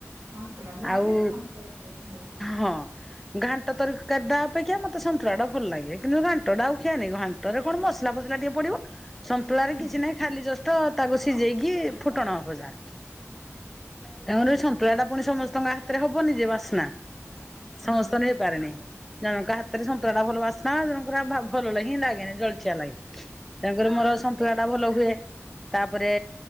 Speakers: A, on the right; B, in the centre.
A: ସନ୍ତୁଳା ମୋର
B: ଆଉ
A: ବି ସନ୍ତୁଳା ବହୁତ ଭଲ ଲାଗେ
B: ହଁ ଘାଣ୍ଟ ତରକାରୀ ଟା ଅପେକ୍ଷା ମତେ। ତେ ସନ୍ତୁଳା ଟା ଭଲ ଲାଗେ କିନ୍ତୁ ଘାଣ୍ଟ ଟା ଆଉ ଖିଆ ନି ଘାଣ୍ଟରେ କଣ ମସଲା ଫସଲା ଟିକେ ପଡିବ। ସନ୍ତୁଳାରେ
A: ହୁଁ।
B: କିଛି ନାହିଁ ଖାଲି ଜଷ୍ଟ ତାକୁ ସିଝେଇକି ଫୁଟଣ ହବ ଯା। ତାମର ଏଇ ସନ୍ତୁଳା ଟା ପୁଣି ସମସ୍ତଙ୍କ ହାତରେ ହବନି ଯେ ବାସ୍ନା।
A: ହଁ
B: ସମସ୍ତଙ୍କ ଠି ହେଇ ପାରେନି ଜଣକ‌ ହା ତରେ ସନ୍ତଳା ଟା ଭଲ ବାସନା ଜଣ ଙ୍କର ଆ ଭା ଭଲ ହିଁ ଲାଗେ ନି ଲାଗେନି ଜଳଚିଆ ଲାଗେ। ତେଣୁକରି ମୋର ସନ୍ତୁଳା ଟା ଭଲ ହୁଏ। ତାପରେ